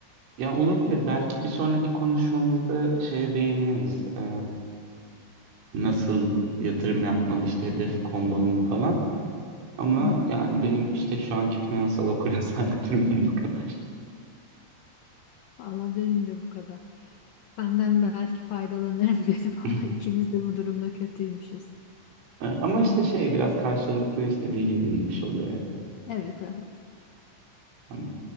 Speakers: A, on the right (about 80°); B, on the left (about 70°).
A: ya olabilir belki bir sonraki konuşmamızda şeye değiniriz. Ee, nasıl yatırım yapmalı işte hedef konmalı mı falan. Ama
B: Hı hı.
A: yani benim işte şu anki finansal okuryazarlık <laughs> durumum bu kadar.
B: Valla benim de bu kadar. Senden belki faydalanırım <laughs> dedim
A: <laughs>
B: ama ikimiz de bu durumda kötüymüşüz.
A: Ee, Ama işte şey biraz karşılıklı işte bilgi edinilmiş oluyor ya.
B: Evet evet.
A: Tamam.